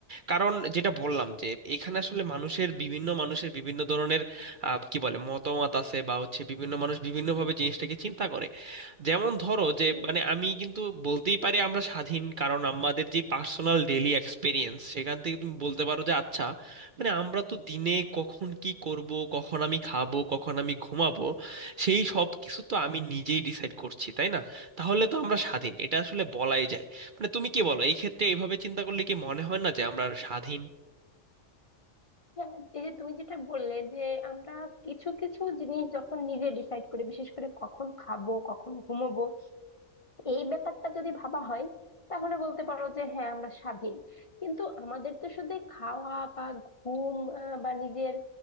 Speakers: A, on the right (about 55°); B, on the left (about 35°).
A: কারণ যেটা বললাম যে এখানে আসলে মানুষের বিভিন্ন মানুষের বিভিন্ন ধরনের আহ, কি বলে মতামত আছে বা হচ্ছে বিভিন্ন মানুষ বিভিন্নভাবে জিনিসটাকে চিন্তা করে যেমন ধরো যে
B: হুম,
A: মানে আমি কিন্তু বলতেই পারি আমরা স্বাধীন কারণ আমাদের যে পার্সোনাল ডেইলি এক্সপিরিয়েন্স সেখান থেকে তুমি বলতে পারো যে আচ্ছা মানে আমরা তো দিনে কখন কি করব কখন আমি খাবো কখন আমি ঘুমাবো সেই সব কিছু তো আমি নিজেই ডিসাইড করছি তাই না তাহলে তো আমরা স্বাধীন এটা আসলে বলাই যায় মানে তুমি কি বলো এই ক্ষেত্রে এইভাবে চিন্তা করলে কি মনে হয় না যে আমরা স্বাধীন
B: হ্যাঁ এই যে তুমি যেটা বললে যে আমরা কিছু কিছু জিনিস যখন নিজে ডিসাইড করি বিশেষ করে কখন খাবো কখন ঘুমোবো এই ব্যাপারটা যদি ভাবা হয় তাহলে বলতে পারো যে হ্যাঁ আমরা স্বাধীন কিন্তু আমাদের তো শুধু এই খাওয়া বা ঘুম আহ, বা নিজের